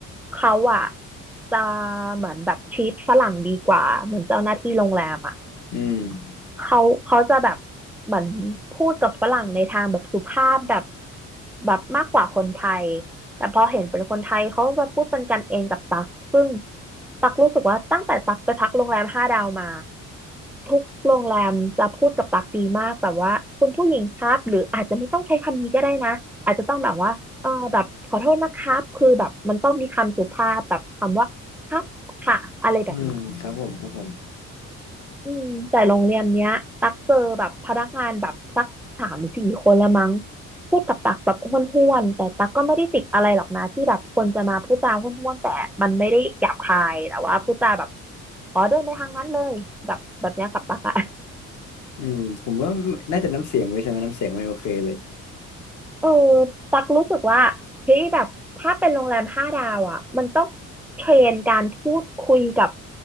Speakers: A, in the centre; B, on the left.
A: เขาอะจะเหมือนแบบทรีตฝรั่งดีกว่าเหมือนเจ้าหน้าที่โรงแรมอะ
B: อืม
A: เขาเขาจะแบบเหมือนพูดกับฝรั่งในทางแบบสุภาพแบบแบบมากกว่าคนไทยแต่พอเห็นเป็นคนไทยเขาก็พูดเป็นกันเองกับตักซึ่งตักรู้สึกว่าตั้งแต่ตักไปพักโรงแรมห้าดาวมาทุกโรงแรมจะพูดกับตักดีมากแบบว่าคุณผู้หญิงครับหรืออาจจะไม่ต้องใช้คำนี้ก็ได้นะอาจจะต้องแบบว่าเออแบบขอโทษนะครับคือแบบมันต้องมีคำสุภาพแบบคำว่าครับค่ะอะไรแบบเนี้ย
B: อืมครับผมครับผม
A: อืมแต่โรงเรียนเนี้ยตักเจอแบบพนักงานแบบสักสามสี่คนละมั้งพูดกับตักแบบห้วนๆแต่ตักก็ไม่ได้ติดอะไรหรอกนะที่แบบคนจะมาพูดจาห้วนๆแต่มันไม่ได้หยาบคายแต่ว่าพูดจาแบบอ๋อเดินไปทางนั้นเลยแบบแบบเนี้ยกับตักอะ
B: อืมผมว่าน่าจะน้ำเสียงด้วยใช่ไหมน้ำเสียงไม่โอเคเลย
A: เออตักรู้สึกว่าเฮ้ยแบบถ้าเป็นโรงแรมห้าดาวอ่ะมันต้องเทรนการพูดคุยกับ